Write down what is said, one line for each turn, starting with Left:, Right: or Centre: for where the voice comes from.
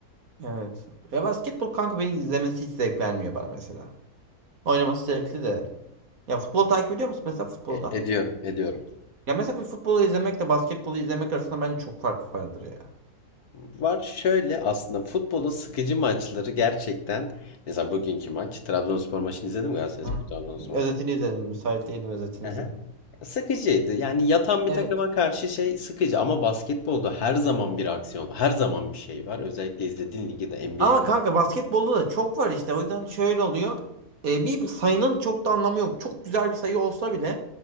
Right: Evet. Ya basketbol kanka beni izlemesi hiç zevk vermiyor bana mesela. Oynaması zevkli de. Ya futbol takip ediyor musun mesela futbolda?
Left: E- ediyorum, ediyorum.
Right: Ya mesela bir futbolu izlemekle basketbolu izlemek arasında bence çok fark vardır ya.
Left: Var şöyle aslında futbolun sıkıcı maçları gerçekten. Mesela bugünkü maç. Trabzonspor maçını izledim mi? Galatasaray
Right: Hı.
Left: Trabzonspor.
Right: Özetini izledim. Müsait değilim özetini
Left: Aha.
Right: izledim.
Left: Sıkıcıydı. Yani yatan bir
Right: Evet.
Left: takıma karşı şey sıkıcı ama basketbolda her zaman bir aksiyon, her zaman bir şey var. Özellikle izlediğin ligi de NBA.
Right: Ama kanka basketbolda da çok var işte. O yüzden şöyle oluyor. E, bir sayının çok da anlamı yok. Çok güzel bir sayı olsa bile